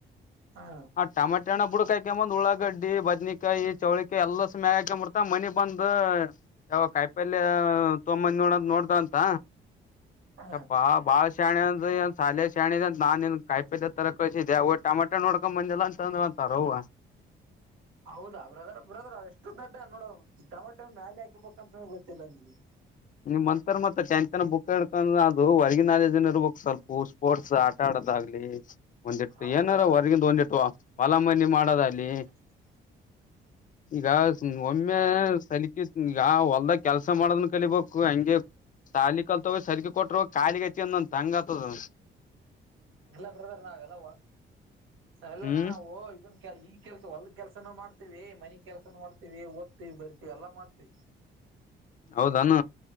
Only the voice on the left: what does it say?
ಹಾ ಟಮಾಟೆಹಣ ಬುಡಕಾಯ್ - <unintelligible> ಉಳ್ಳಳಾಗಡ್ಡಿ ಬದ್ನಕಾಯಿ ಚೌಳಿಕಾಯಿ ಎಲ್ಲ ಸುಮ್ಮಯ <unintelligible> ಮನಿ ಬಂದ ಯಾವಾ <unintelligible> ತೊಮೊಬಂದ್ ನೋಡದ ನೋಡ್ದೊಅಂದ
<unintelligible> ಶಣೆ ಅಂದ ಸಾಲ ಶಾಣೆ ಅ ನಾನೇನ್ ಕಾಯಿ ತರ ಕಳಸಿದ್ದೆ ಟಮಟ ನೋಡ್ಕೊಂಡ್ ಬಂದಿಲ್ಲ ಅ ಸರೋವ.
ನಿಮ್ ಮಂತರ್ ಮತ್ತೆ ಟೆಂತ್ ಬುಕ್ ಹಿಕೊಂಡ್ರ ಅದು ಹೊರ್ಗಿ ನಾಲೆಜ್ನ್ ಇರ್ಬೇಕು ಸ್ವಲ್ಪ ಸ್ಪೋರ್ಟ್ಸ್ ಆಟ - ಗಲಿ ಒಂದಿಟ್ಟು
ಏನಾರ ಹೊರ್ಗಿಂದು ಬಂದಿಟ್ಟು ಹೊಲ ಮನಿ ಮಾಡೋದ್ ಅಗ್ಲಿ.
ಈಗ ಒಮ್ಮೆ <unintelligible> ಈಗ ಹೊಲ್ದಗ್ ಕೆಲ್ಸ ಮಾಡದನ್ ಕಲಿಬೇಕು. ಹಂಗೆ ತಾಲಿ ಕಲ್ತ ಸಲ್ಗಿ ಕೊಟ್ರ ಖಾಲಿ ಗತಿ ಅಂದ ಅಂತ ಹಂಗ ಆತ ಅದ.
ಹ್ಮ್
ಹೌದಾನ